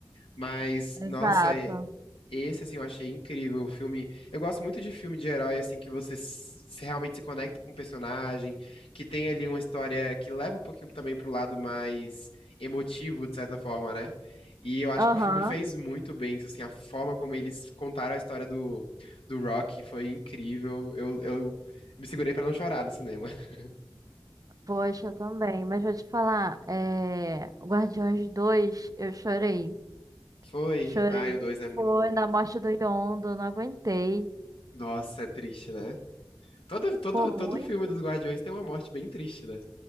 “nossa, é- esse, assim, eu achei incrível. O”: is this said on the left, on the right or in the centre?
Left